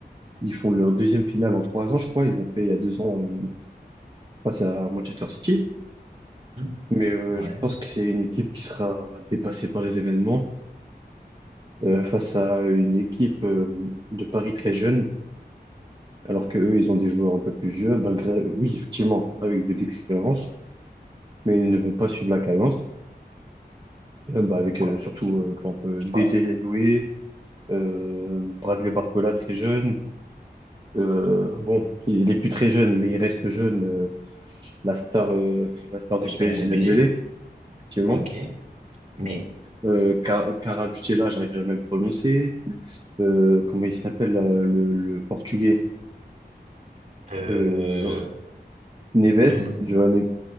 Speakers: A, on the right; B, on the right.
A: Ils font leur deuxième finale en trois ans, je crois. Ils l'ont fait il y a deux ans, euh, face à Manchester City.
B: Hmm.
A: Mais, euh,
B: Ouais.
A: je pense que c'est une équipe qui sera dépassée par les événements euh, face à une équipe euh, de Paris très jeune, alors que eux, ils ont des joueurs un peu plus vieux, malgré, euh, oui, effectivement, avec de l'expérience, mais ils ne vont pas suivre la cadence, Euh, bah, avec
B: Je sais pas.
A: euh, surtout
B: Je,
A: euh, par exemple, euh,
B: je sais
A: Désiré
B: pas.
A: Doué, euh, Bradley Barcola très jeune. Euh, bon, il est plus très jeune, mais il reste jeune. euh, la star, euh, la star
B: Ousmane
A: du PSG
B: Dembélé.
A: Dembélé, effectivement.
B: Ok. Mais
A: Euh, Car- Carabustela, j'arrive jamais à le prononcer. Euh, comment il s'appelle là, le, le portugais?
B: euh,
A: Euh, Neves,
B: j'ai oublié-
A: João